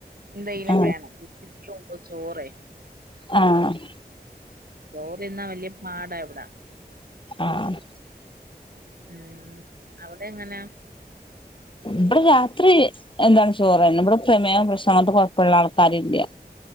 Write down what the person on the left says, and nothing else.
ആ
ആഹ്
ആഹ്
ഇവടെ രാത്രി എന്താണ് ചോറെന്നെ ഇവടെ പ്രമേഹം, പ്രഷറ് അങ്ങൻത്തെ കൊഴപ്പള്ള ആൾക്കാര്ല്ല.